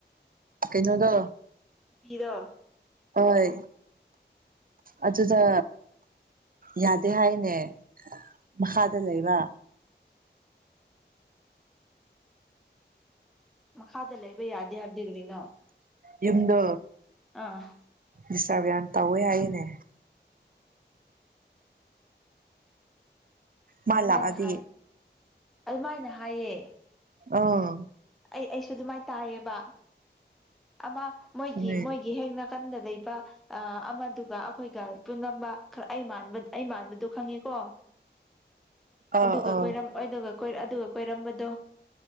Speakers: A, on the right (about 50°); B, in the centre.
A: ꯀꯩꯅꯣꯗ
B: ꯍꯤꯗꯣ
A: ꯍꯣꯏ ꯑꯗꯨꯗ ꯌꯥꯗꯦ ꯍꯥꯏꯅꯦ ꯃꯈꯥꯗ ꯂꯩꯕ
B: ꯃꯈꯥꯗ ꯂꯩꯕ ꯌꯥꯗꯦ ꯍꯥꯏꯕꯗꯤ ꯀꯔꯤꯅꯣ
A: ꯌꯨꯝꯗꯣ
B: ꯑꯥ
A: ꯗꯤꯁꯇꯞ ꯌꯥꯝ ꯇꯧꯋꯦ ꯍꯥꯏꯅꯦ ꯃꯥ
B: ꯑꯗꯨꯃꯥꯏꯅ
A: ꯂꯥꯛꯑꯗꯤ
B: ꯍꯥꯏ ꯑꯗꯨꯃꯥꯏꯅ ꯍꯥꯏꯌꯦ
A: ꯑꯥ
B: ꯑꯩ ꯑꯩꯁꯨ ꯑꯗꯨꯃꯥꯏꯅ ꯇꯥꯏꯌꯦꯕ ꯑꯃ ꯃꯣꯏꯒꯤ
A: ꯎꯝ
B: ꯃꯣꯏꯒꯤ ꯍꯦꯛꯅ ꯅꯀꯟꯗ ꯂꯩꯕ ꯑ ꯑꯃꯗꯨꯒ ꯑꯩꯈꯣꯏꯒ ꯄꯨꯂꯝꯕ ꯈꯔ ꯑꯩꯥ ꯃꯥꯟꯕ ꯑꯩ ꯃꯥꯟꯕꯗꯣ ꯈꯪꯉꯦꯀꯣ
A: ꯑꯥ
B: ꯑꯗꯨꯒ
A: ꯑꯥ
B: ꯀꯣꯏꯔꯝ ꯑꯗꯨꯒ ꯀꯣꯏꯔ ꯑꯗꯨꯒ ꯀꯣꯏꯔꯝꯕꯗꯣ